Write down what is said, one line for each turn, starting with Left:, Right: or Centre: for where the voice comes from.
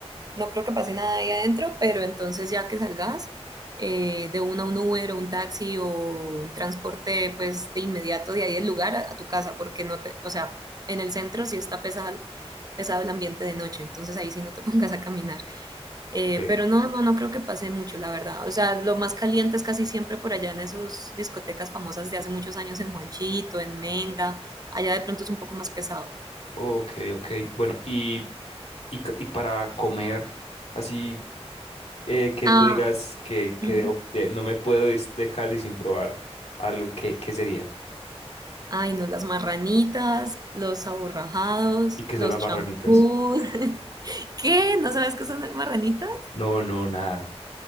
Right: no creo que pase nada ahí adentro, pero entonces ya que salgas eh, de una un Uber o un taxi o un transporte pues de inmediato de ahí del lugar a, a tu casa, porque no te, o sea, en el centro sí está pesado, pesado el ambiente de noche, entonces ahí sí no te <laughs> pongas a caminar.
Left: Ok,
Right: Eh, pero no, no, no creo que pase mucho, la verdad. O sea, lo más caliente es casi siempre por allá en esas discotecas famosas de hace muchos años en Juanchito, en Menga. Allá de pronto es un poco más pesado.
Left: ok, ok. Bueno, y, y, c- y para comer, así eh, que
Right: Ah,
Left: tú digas que,
Right: ujú.
Left: que debo- de- no me puedo ir de Cali sin probar algo, ¿qué, qué sería?
Right: Ay, no, las marranitas, los aborrajados,
Left: ¿Y qué
Right: los
Left: son las barranitas?
Right: champús. <laughs> ¿Qué? ¿No sabes qué son las marranitas?
Left: No, no, nada.